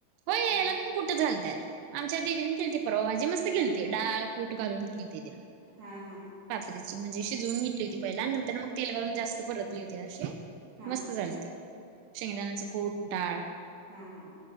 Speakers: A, on the right (about 80°); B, on the right (about 45°).
A: होय.
B: तेच आहे.
A: कुठंच घालत्यात. आमच्या दिदीन केलती परवा भाजी मस्त केलती. डाळ, कुट घालून केेलती.
B: हा हा.
A: पात्रीची म्हणजे शिजवून घेतली होती पहिला. आणि नंतर मग तेल घालून जास्त परतली होती अशी.
B: हा
A: मस्त झालती. शेंगदाण्याच कूट, डाळ.
B: हा हा.